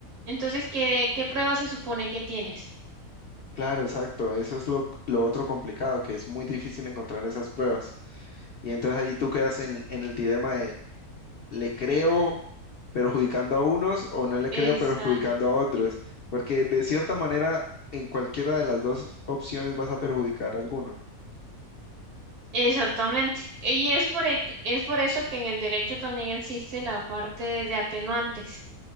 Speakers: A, on the right; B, on the left.
A: Entonces, ¿qué, qué prueba se supone que tienes?
B: claro, exacto. Eso es lo, lo otro complicado, que es muy difícil encontrar esas pruebas. Y entonces ahí tú quedas en, en el dilema de, ¿le creo perjudicando a unos o no le
A: Exacto.
B: creo perjudicando a otros? Porque de cierta manera, en cualquiera de las dos opciones vas a perjudicar a alguno.
A: Exactamente. Y es por, e- es por eso que en el derecho también existe la parte de atenuantes,